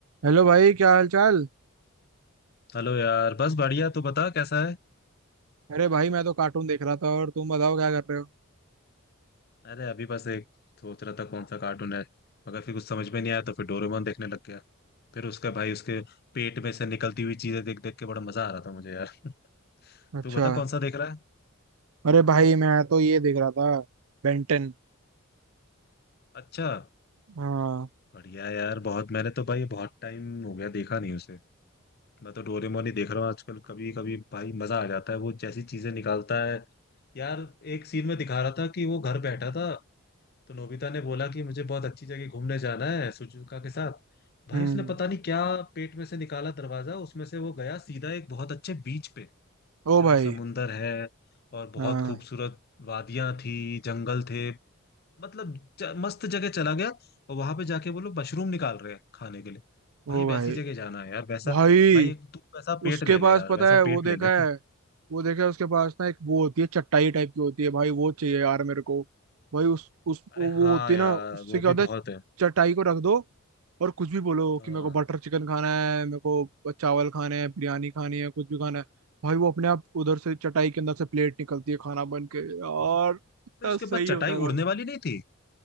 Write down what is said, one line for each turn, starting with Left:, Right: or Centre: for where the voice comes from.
Right: Hello भाई क्या हाल चाल
Left: Hello यार बस बढ़िया तू बता कैसा है
Right: अरे भाई मैं तो कार्टून देख रहा था और तुम बताओ क्या कर रहे हो
Left: अरे अभी बस एक सोच रहा था कौन सा कार्टून है मगर फिर कुछ समझ में नहीं आया तो फिर डोरेमोन देखने लग गया फिर उसका भाई उसके पेट में से निकलती हुई चीजें देख देख के बड़ा मजा आ रहा था मुझे यार <laughs>
Right: अच्छा
Left: तू बता कौन सा देख रहा है
Right: अरे भाई मैं तो ये देख रहा था बेंटन
Left: अच्छा
Right: हाँ
Left: बढ़िया है यार बहुत मैंने तो भाई बहुत टाइम हो गया देखा नहीं उसे मैं तो डोरेमोन ही देख रहा हूँ आजकल कभी कभी भाई मजा आ जाता है वो जैसी चीजें निकालता है यार एक सीन में दिखा रहा था कि वो घर बैठा था तो नोबिता ने बोला कि मुझे बहुत अच्छी जगह घूमने जाना है सुजुका के साथ भाई
Right: हम्म
Left: उसने पता नहीं क्या पेट में से निकाला दरवाजा उसमें से वो गया सीधा एक बहुत अच्छे बीच पे जहाँ
Right: ओ भाई
Left: समुंदर है और बहुत
Right: हाँ
Left: खूबसूरत वादियां थी जंगल थे मतलब ज- मस्त जगह चला गया और वहां पे जाके वो लोग मशरूम निकाल रहे हैं खाने के लिए
Right: ओ
Left: भाई वैसी
Right: भाई
Left: जगह जाना है यार वैसा
Right: भाई
Left: भाई एक तू वैसा
Right: उसके
Left: पेट ले
Right: पास
Left: ले यार
Right: पता
Left: वैसा
Right: है वो
Left: पेट
Right: देखा
Left: ले ले
Right: है
Left: <laughs>
Right: वो देखा है उसके पास ना एक वो होती है चटाई टाइप की होती है भाई वो चाहिए यार मेरे को भाई उस उस
Left: अरे
Right: वो
Left: हाँ
Right: होती है
Left: यार
Right: ना उससे
Left: वो
Right: क्या
Left: भी
Right: होता है
Left: बहुत है
Right: चटाई को रख दो और कुछ भी बोलो
Left: हाँ
Right: कि मेरे को बटर चिकन खाना है मेरे को चावल खाने हैं बिरयानी खानी है कुछ भी खाना है भाई वो अपने आप उधर से चटाई के अंदर से प्लेट निकलती है खाना बन के यार कितना
Left: तो उसके
Right: सही
Left: पास चटाई
Right: होता है भाई
Left: उड़ने वाली नहीं थी